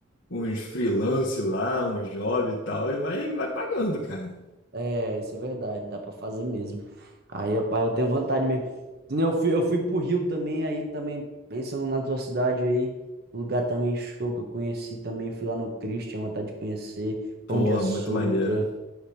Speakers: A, on the left; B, on the right.
A: uns freelance lá, uns job e tal, e vai, vai pagando, cara.
B: É, isso é verdade, dá pra fazer mesmo. Aí, rapaz, eu tenho vontade mesmo. Que nem Eu fui, eu fui pro Rio também, aí também, pensando na tua cidade aí, lugar também show que eu conheci também, fui lá no Cristo, tinha vontade de conhecer,
A: Pô,
B: Pão de Açúcar,
A: muito maneiro.